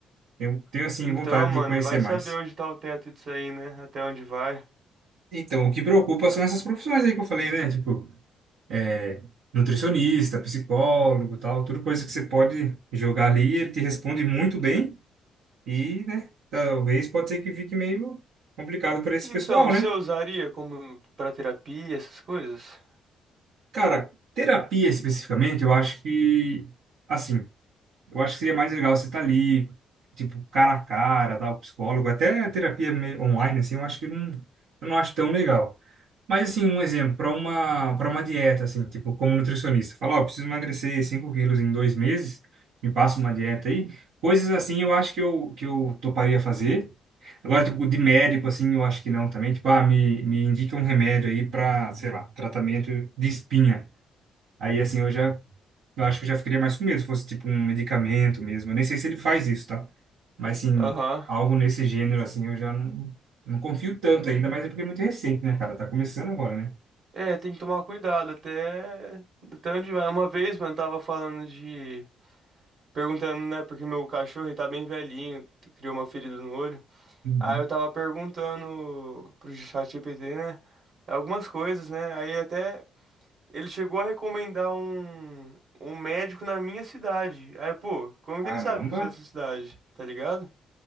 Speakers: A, on the right; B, on the right.
A: eu tenho, assim,
B: Então,
A: vontade
B: mano,
A: de conhecer
B: e vai
A: mais.
B: saber onde tá o teto disso aí, né? Até onde vai.
A: Então, o que preocupa são essas profissões aí que eu falei, né? Tipo, é, nutricionista, psicólogo, tal, tudo coisa que você pode jogar ali, ele te responde muito bem e, né, talvez pode ser que fique meio complicado para esse
B: Então,
A: pessoal,
B: você
A: né?
B: usaria como pra terapia, essas coisas?
A: Cara, terapia especificamente, eu acho que assim, eu acho que seria mais legal você estar ali, tipo, cara a cara, tal, psicólogo, até terapia me- online assim, eu acho que não, eu não acho tão legal. Mas assim, um exemplo, para uma, para uma dieta, assim, tipo, como nutricionista, fala, ó, preciso emagrecer 5 quilos em dois meses, me passa uma dieta aí. Coisas assim eu acho que eu, que eu toparia fazer. Agora, tipo, de médico, assim, eu acho que não também. Tipo, ah, me, me indica um remédio aí para, sei lá, tratamento de espinha. Aí, assim, eu já, eu acho que eu já ficaria mais com medo se fosse, tipo, um medicamento mesmo. Eu nem sei se ele faz isso, tá? Mas, assim,
B: Aham.
A: algo nesse gênero, assim, eu já não, não confio tanto ainda, mas é porque é muito recente, né, cara? Tá começando agora, né?
B: É, tem que tomar cuidado até até onde vai. Uma vez, mano, tava falando de perguntando, né, porque meu cachorro ele tá bem velhinho, criou uma ferida no olho.
A: Uhum.
B: Aí eu tava perguntando pro ChatGPT, né, algumas coisas, né? Aí até Ele chegou a recomendar um, um médico na minha cidade. Aí, pô, como
A: Caramba,
B: que ele sabe que eu sou dessa cidade? Tá ligado?